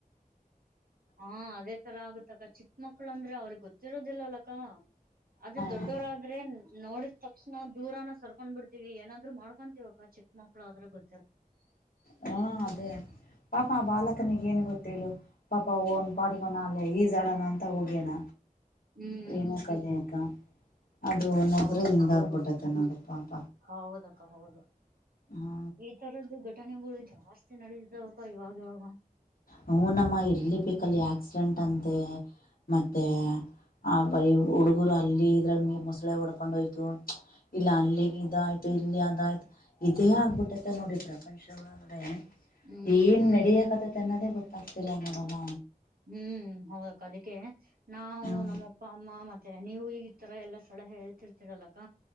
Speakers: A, on the right; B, on the left.
A: ಹಾ ಅದೇ ತರ ಆಗುತ್ತಕ್ಕ ಚಿಕ್ಕ ಮಕ್ಳು ಅಂದ್ರೆ ಅವ್ರಿಗ್ ಗೊತ್ತ ಲ್ಲಲಕ್ಕ ಅದೇ ದೊಡ್ಡೋರಾದ್ರೇನ್.
B: ಹಾ
A: ನೋಡಿದ ತಕ್ಷಣ ದೂರನ ಸರ್ಕೊಂಡ್ ಬಿಡ್ತಿವಿ ಏನಾದ್ರು ಮಾಡ್ಕೊಂತವಿ ಅಕ್ಕ. ಚೆಕ್ ಮಕ್ಳು ಆದ್ರೆ ಗ
B: ಹ್ಮ ಅದೇ ಪಾಪಾ ಆ ಬಾಲ ಕನಿಗೇನು ಗೊತ್ತು ಹೇಳು ಪಾಪ ಅವ್ನ್ ಪಾಡಿಗ್ ಅವ್ನ್ ಅಲ್ಲೇ ಈಜಾಡೋಣ ಅಂತ ಹೋಗ್ಯಣ.
A: ಹ್ಮ್
B: ಏನೋ ಕಲಿಯಕ್ಕ ಅದ್ರು <unintelligible>
A: ಹೌದು
B: ಹಿಂಗ
A: ಹೌದು
B: ಆಗ್ಬಿಟ್ಟೈತೆ ನೋಡು ಪಾಪ.
A: ಹೌದಕ್ಕ ಹೌದು
B: ಹಾ
A: ಈ ತರದ್ದು ಘಟನೆಗಳು ಜಾಸ್ ತಿ ನಡಿತಿದಾವಕ್ಕ ಇವಾಗ್ ಇವಾಗ.
B: ಹ ನಮ್ಮ ಇರ್ಲಿ ಬೇಕಲ್ಲಿ ಆಕ್ಸಿಡೆಂಟ್ ಅಂತೆ. ಮತ್ತೆ ಆ ಬರೀ ಹುಡುಗರು ಅಲ್ಲಿ ಇದ್ರಾಗ ಮೊಸಳೆ ಹೊಡ್ಕೊಂಡ್ ಹೋಯ್ತು. ಇಲ್ಲ ಅಲ್ಲಿಗ್ ಇದಾಯ್ ಯ್ತು ಇಲ್ಲಿ ಅದಾಯ್ತು ಇದೇ ಆಗ್ಬಿಟ್ಟೈತೆ ನೋಡಿ ಪ್ರಪಂಚ ಒಳಗಡೆ.
A: ಹ್ಮ್
B: ಏನ್ ನಡಿಯಕಥತೆನ್ನೋದೇ ಗೊತ್ತಾಗ್ತಿಲ್ಲ ನೋಡಲ್ಲ.
A: ಹ್ಮ್ ಹೌದಕ್ಕ ಅದಿಕ್ಕೆ ನಾವು
B: ಹ್ಮ್
A: ನಮ್ಮಪ್ಪ ಅಮ್ಮ ಮತ್ತೆ ನೀವು ಈ ತರ ಎಲ್ಲ ಸ್ ಸಳಹೆ ಹೇಳ್ತಿರ್ತಿರಲ್ಲಕ್ಕ